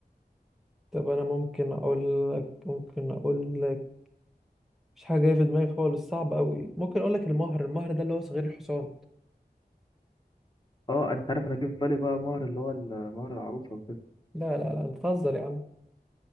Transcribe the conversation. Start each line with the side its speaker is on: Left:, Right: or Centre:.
Centre: طب انا ممكن اقول لك ممكن اقول لك مش حاجه جايه في دماغي خالص صعب قوي ممكن اقول لك المهر المهر ده اللي هو صغير الحصان
Left: اه انت عارف انا جه في بالي بقى مهر اللي هو ال- مهر العروسه وكده
Centre: لا لا لا انت بتهزر يا عم